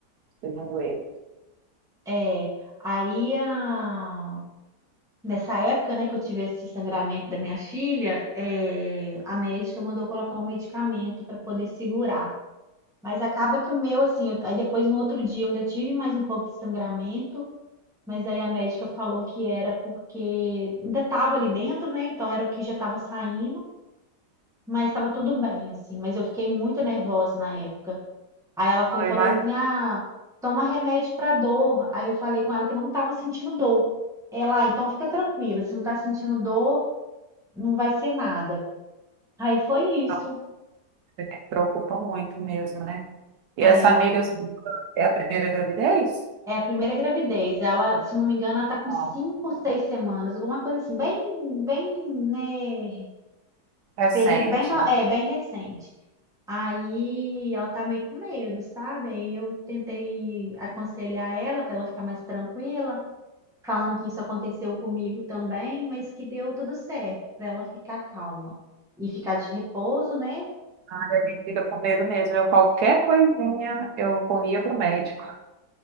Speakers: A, on the right; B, in the centre.
A: segundo ele.
B: É, aí a Nessa época, né, que eu tive esse sangramento da minha filha, eh, a médica mandou colocar um medicamento para poder segurar. Mas acaba que o meu, assim, eu- aí depois no outro dia eu ainda tive mais um pouco de sangramento, mas aí a médica falou que era porque ainda estava ali dentro, né? Então era o que já estava saindo, mas estava tudo bem, assim. Mas eu fiquei muito nervosa na época. Aí ela foi
A: Não,
B: e
A: ele
B: falou
A: vai-
B: assim: ah, toma remédio para dor. Aí eu falei com ela que não estava sentindo dor. Ela, "Ah, então fica tranquila, se não está sentindo dor não vai ser nada. Aí foi isso.
A: não, ele se preocupa muito mesmo, né? E
B: É,
A: essa amiga assim, é a primeira gravidez?
B: é a primeira gravidez. Ela, se não me engano, ela tá com
A: Não,
B: cinco, seis semanas, alguma coisa assim, bem, bem, né?
A: recente.
B: Período bem, no- é, bem recente. Aí ela tá meio com medo, sabe? Aí eu tentei aconselhar ela para ela ficar mais tranquila, falando que isso aconteceu comigo também, mas que deu tudo certo, para ela ficar calma e ficar de repouso, né?
A: Ah, A gente fica com medo mesmo. Eu, qualquer coisinha, eu corria pro médico.